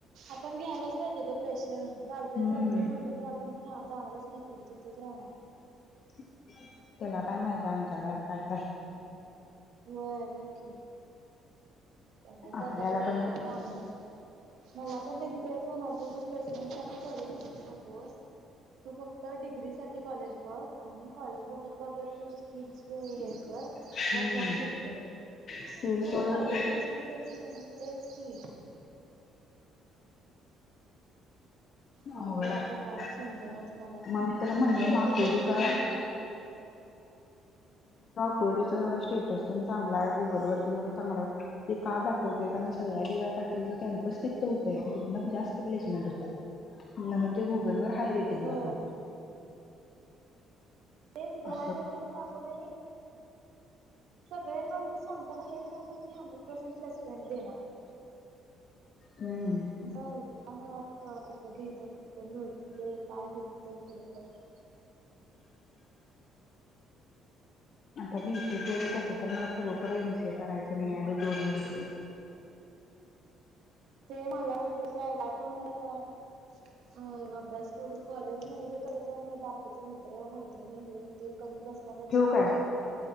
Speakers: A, on the right; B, on the left.
A: आपण घ्यायलाच पाहिजे ग प्रेशर. चालतय
B: हम्म.
A: चालतय म्हणल तर आपण मग जाणारच नाही. पुढचथच राव <inaudible>
B: त्याला काय माहित आहे आमच्या घरात काय काय
A: व्हय बकी बघायचं
B: आपल्याला
A: आता कुठेतरी
B: पण
A: चांगल. मला पण दीदी तेच त्याच म्हणाल त ती प्लेसमेंट सा कॉलेज उडती नकोस तू फक्त डिग्रीसाठी ते कॉलेज बघ आणि कॉलेज बघत बघत तू स्किल्स हे कर तुला
B: हम्म
A: जॉब मिळतोय
B: स्किल्स वरच
A: कॉलेज मदती <inaudible> तेच की
B: अवघड
A: काय करायचं
B: आहे
A: काय समजनाच मला काय
B: मग मी त्याला म्हणलो
A: तेशिचा
B: मग आकुर्डीचा
A: फोन बिन आलता.
B: आकुर्डी चा गुगल एवढा स्टेटस प चांगला आहे गुगल वर चांगलं आहे ते का दाखवतय कारण सगळ्या डी वाय पाटीलचा कॅम्पस तिथं होतंय आणि तिथून जास्त प्लेसमेंट होतात. म्हणून ते गुगल वर हा रेटिंग
A: होय
B: दाखवते.
A: तेच घाहेर
B: असं
A: टेवून दाकवते नाही <inaudible> सगळे कॉलेज सांगताना हेच सांगत की हंड्रेड प्लेसमेंट देणार आहे
B: हम्म.
A: असं का मला आता घेतो नते काय होतं पुढे ते काय होते <inaudible>
B: आता बीसीए केल तस तर मला खरोखर एम सी ए करायचं नाही आहे बाई ोनड <inaudible>
A: ते मला म्हणते साहेब आपणही आता अ अभ्यास करू कॉलेज मध्ये कसं पण हे बाक तिच मित्र मैत्रिणी हे ते करून बसण्यापेक्षा
B: ठेवू काय